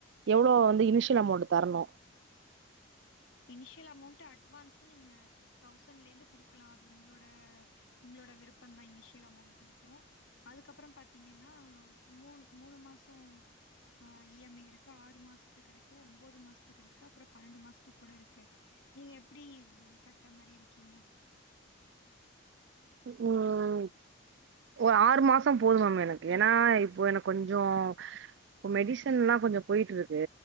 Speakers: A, on the right (about 60°); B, on the left (about 70°).
A: எவ்ளோ வந்து இனிஷியல் அமௌண்ட் தரணு
B: இனிஷியல் அமௌண்ட் அட்வான்ஸு நீங்க தௌசண்ட்லருந்து குடுக்கலா அது உங்களோட உங்களோட விருப்ப தா இனிஷியல் அமௌண்ட் மட்டு அதுக்கப்ற பாத்தீங்கன்னா மூணு மூணு மாசோ ஆ இ எம் ஐ இருக்கு ஆறு மாசத்துக்கு இருக்கு ஒம்போது மாசத்துக்கு இருக்கு அப்ற பன்னெண்டு மாசத் க்கு கூட இருக்கு நீங்க எப்டி கட்ற மாரி இருக்கீங்க
A: ம் நா ஒரு ஆறு மாச போது மேம் எனக்கு ஏன்னா இப்போ எனக்கு கொஞ்சோ இப்போ மெடிசன்லா கொஞ்சோ போய்ட்ருக்கு